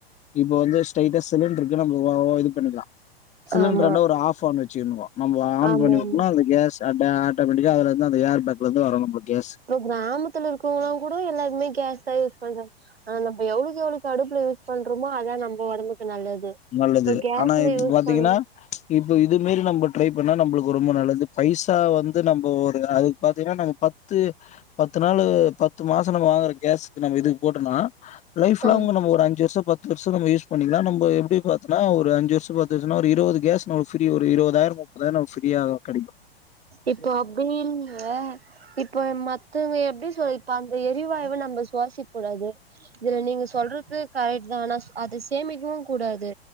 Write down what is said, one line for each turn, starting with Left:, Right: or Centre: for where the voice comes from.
Left: இப்ப வந்து ஸ்டைட்டா சிலிண்டருக்கு நம்ம ஒ இது பண்ணிக்கலா சிலிண்டர்னா
Right: ஆமா
Left: ஒரு ஆஃப் ஆன் வச்சுருனு நம்ம ஆன்
Right: ஆமா
Left: பண்ணிட்னா
Right: ஆமா
Left: அந்த கேஸ் அத ஆட்டோமேட்டிக்கா அதுலருந்து ஏர் பேக்ல இருந்து வரு நம்மளுக்கு கேஸ்
Right: இப்ப கிராமத்துல இருக்கவங்களாங் கூடோ எல்லாருமே கேஸ் தா யூஸ் பண்றாங்க ஆ நம்ப எவ்ளோக்கு எவ்ளோக்கு அடுப்புல யூஸ் பண்றோமோ அதா நம்ம ஒடம்புக்கு நல்லது
Left: நல்லது
Right: இப்ப கேஸ்ல
Left: ஆனா இப்ப
Right: யூஸ்
Left: பாத்தீங்கன்னா
Right: பண்ற
Left: இப்ப இதுமேரி நம்ப ட்ரை பண்ணா நம்பளுக்கு ரொம்ப நல்லது பைசா வந்து நம்ப ஒரு அது பாத்தீங்கன்னா நாங்க பத்து பத்து நாலு பத்து மாச நம்ம வாங்குற கேஸ்க்கு நம்ம இதுக்கு போட்டோம்னா லைஃப்லாங்
Right: ஆம்
Left: நம்ம ஒரு அஞ்சு வருஷ பத்து வருஷ நம்ம யூஸ் பண்ணிக்கலா நம்ப எப்டி பாத்தோனா ஒரு அஞ்சு வர்ஷோ பத்து வர்ஷோன்னா ஒரு இருவது கேஸ் நமக்கு ஃப்ரீ வரு இருவதாயிர முப்பதாயிர நமக்கு ஃப்ரீயா கெடைக்கு
Right: இப்போ அப்டிங்குவ இப்போ மத்தவங்க எப்டி சொல்லிப்பாங்க எரிவாயுவ நம்ப சுவாசக்க கூடாது இதுல நீங்க சொல்றது கரெக்ட் தா ஆனா அத சேமிக்கவு கூடாது